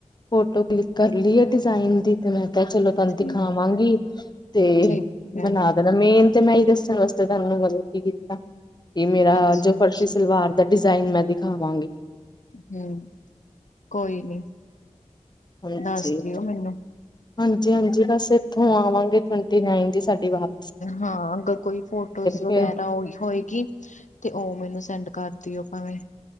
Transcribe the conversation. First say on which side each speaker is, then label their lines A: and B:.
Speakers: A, on the left (about 35°); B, on the left (about 70°).
A: ਫੋਟੋ ਕਲਿੱਕ ਕਰ ਲਈ ਏ ਡਿਜ਼ਾਇਨ ਦੀ ਤੇ ਮੈਂ ਕਿਹਾ ਚਲੋ ਕਲ੍ਹ
B: ਠੀਕ
A: ਦਿਖਾਵਾਂਗੀ, ਤੇ
B: ਠੀਕ ਹੈ
A: ਬਣਾ ਦੇਣਾ ਮੇਨ ਤੇ ਮੈਂ ਏ ਈ ਦੱਸਣ ਵਾਸਤੇ ਤਾਨੂੰ ਮਤਲਬ ਕੀ ਕੀਤਾ, ਕਿ ਮੇਰਾ
B: ਅੱਛਾ
A: ਜੋ
B: ਅੱਛਾ
A: ਫਰਸ਼ੀ ਸਲਵਾਰ ਤਾਂ ਡਿਜ਼ਾਇਨ ਮੈਂ ਦਿਖਾਵਾਂਗੀ।
B: ਹੂ, ਕੋਈ ਨੀ।
A: ਹਾਂਜੀ
B: ਦੱਸ
A: <unintelligible>
B: ਦਿਓ ਮੈਨੂੰ
A: ਹਾਂਜੀ-ਹਾਂਜੀ ਬਸ ਇੱਥੋਂ ਆਵਾਂਗੇ ਟਵੰਟੀ ਨਾਈਨ ਦੀ ਸਾਡੀ ਵਾਪ
B: ਹਾਂ ਅਗਰ ਕੋਈ ਫੋਟੋਜ਼ ਵਗੈਰਾ
A: ਫੇਰ
B: ਹੋਈ ਹੋਏਗੀ। ਤੇ ਓ ਮੈਨੂੰ ਸੈਂਡ ਕਰਦੀਓ ਭਾਵੇਂ।